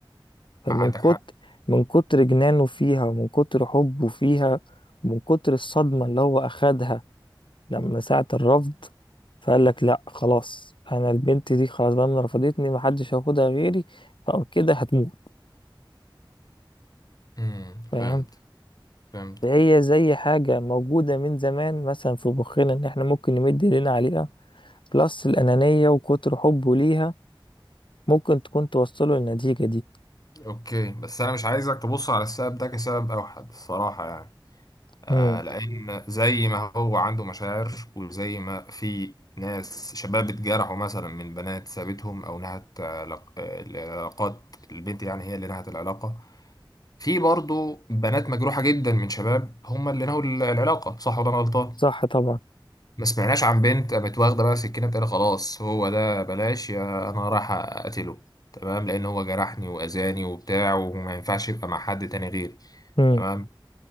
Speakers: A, on the left; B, on the left.
A: فمن
B: عندك
A: كتر
B: حق
A: من كتر جنانه فيها ومن كتر حبه فيها ومن كتر الصدمة اللي هو أخدها لما ساعة الرفض فقال لك لا خلاص انا البنت دي خلاص بقى من رفضتني محدش هياخدها غيري فكده هتموت
B: امم
A: فاهم
B: فهمت فهمت
A: فهي زي حاجة موجودة من زمان مثلا في مخنا ان احنا ممكن نمد ايدينا عليها بلس الأنانية وكتر حبه ليها ممكن تكون توصله للنتيجة دي
B: اوكي بس انا مش عايزك تبص على السبب ده كسبب اوحد الصراحه يعني آه،
A: امم
B: لأن زي ما هو عنده مشاعر وزي ما في ناس شباب اتجرحوا مثلا من بنات سابتهم أو نهت آه، لق- آه، العلاقات البنت يعني هي اللي نهت العلاقة في برضه بنات مجروحة جدا من شباب هم اللي نهوا ال- العلاقة صح ولا أنا غلطان؟
A: صح طبعا
B: ما سمعناش عن بنت قامت واخدة بقى سكينة بتقول خلاص هو ده بلاش يا أنا رايح أقتله تمام لأن هو جرحني وأذاني وبتاع وما ينفعش يبقى مع حد تاني غيري
A: امم
B: تمام